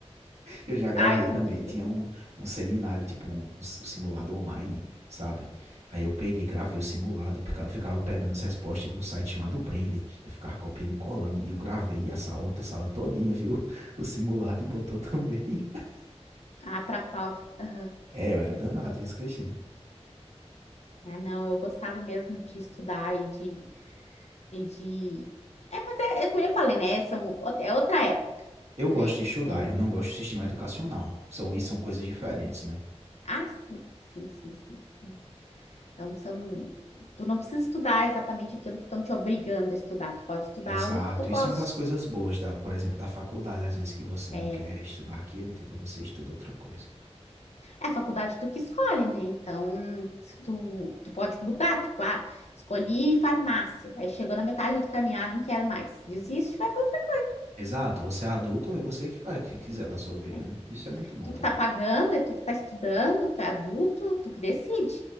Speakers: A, on the right; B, on the left.
A: Eu já gravei
B: Ah, eu
A: também,
B: também dei.
A: tinha um, um seminário, tipo um, um si- um simulado online, sabe? Aí eu peguei, gravei o simulado e ficava, ficava pegando as respostas num site chamado Brainly. Eu ficava copiando e colando e eu gravei essa outra sala todinha, viu? <laughs> O simulado e botou também. <laughs>
B: Ah, para prova. Aham.
A: É, eu era danado, viu, Cristina?
B: Ah, não, eu gostava mesmo de estudar e de, e de... É, mas é, é como eu falei, né? São, o- é outra época,
A: Eu gosto
B: né?
A: de estudar,
B: Então,
A: eu não gosto do sistema educacional. São, e são coisas diferentes, né?
B: ah, sim, sim, sim, sim. É. Então, são... Tu não precisa estudar exatamente aquilo que estão te obrigando a estudar. Tu pode estudar
A: Exato.
B: algo que tu goste.
A: Isso é uma das coisas boas da, por exemplo, da faculdade, às vezes que você
B: É,
A: não quer estudar aquilo, entendeu? Você estuda outra coisa.
B: é a faculdade tu que escolhe, né? Então, se tu, tu pode mudar, tipo, ah, escolhi farmácia, aí chegou na metade do caminho, ah, não quero mais, desiste, e vai para outra,
A: Exato. Você é adulto, é você que faz o que quiser da sua vida,
B: né?
A: né? Isso é muito bom
B: Tu
A: também.
B: que tá pagando, é tu que tá estudando, tu é adulto, tu que decide,